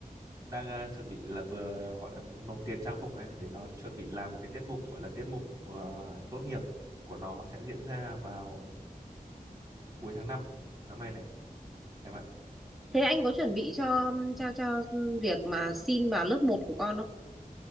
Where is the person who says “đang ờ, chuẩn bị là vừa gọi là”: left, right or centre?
Right